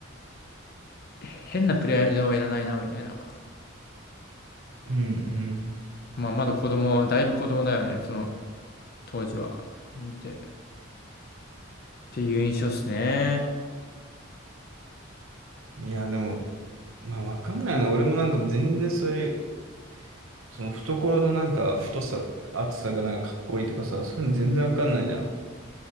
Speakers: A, on the left; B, on the right.
A: 変なプライドはいらないな、みたいな。
B: うんう
A: まあまだ子供、だいぶ子供だよね、その当時は。見て。っていう印象っすね。
B: んいやでもまあわかんないな俺もなんか全然そういうその懐のなんか太さ、厚さがなんかかっこいいとかさ、そういうの全然わかんないじゃん。